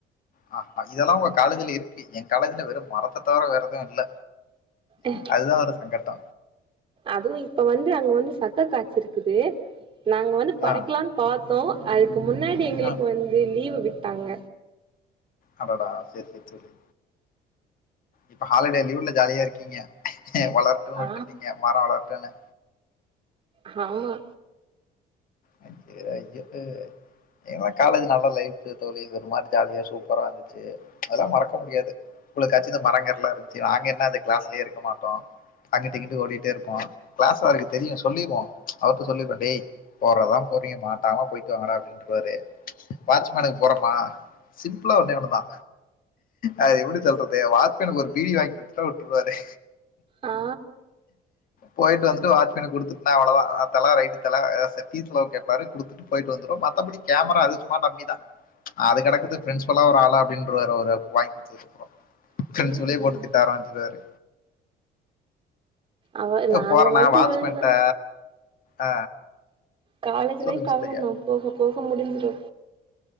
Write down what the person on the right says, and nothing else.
அஹ
அதுவு இப்ப வந்து அங்க வந்து சக்க காய்ச்சிருக்குது நாங்க வந்து பறிக்லான்
பாத்தோ அதுக்கு முன்னாடி எங்களுக்கு
வந்து லீவு விட்டாங்க
ஆ
ஹாமா
ஆ
ம்
அவ நாங்க
வந்து
இவளதா
காலேஜ்
லைஃப் அவ்வளதா
போக போக முடிஞ்சிடு